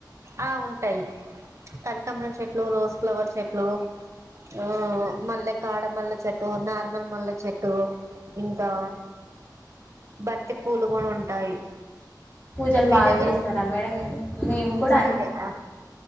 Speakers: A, on the right; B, on the left.
A: ఆ ఉంటాయి కనకంబరం చెట్లు, రోజ్ ఫ్లవర్ చెట్లు, హూ మల్లె కాడ మల్లె చెట్టు నార్ మర్మల్లే చెట్టు ఇం దా బంతి పూలు పూల్ ఉంటాయి
B: పూజలు
A: మీ
B: బాగా
A: దగ్గర
B: చేస్తారా మేడం మీరు మేము కు
A: ఫ్రైడే ఆ